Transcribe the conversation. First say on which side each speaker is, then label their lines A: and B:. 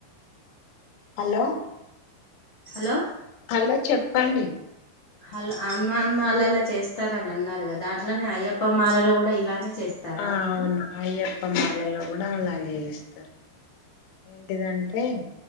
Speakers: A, on the left; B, on the left.
A: అల్లో
B: హల్లో
A: హల్లో చెప్పండి
B: హెలొ అన్మాన్మాలల చేస్తార్ అన్అన్నార్ గద అట్లనే అయ్యప్ప మాలలో కూడా ఇలానే చేస్తారా
A: ఆ
B: మీరు
A: అవును అయ్యప్పమాలలో కూడా అలాగే ఏస్తరు ఏంటిదంటే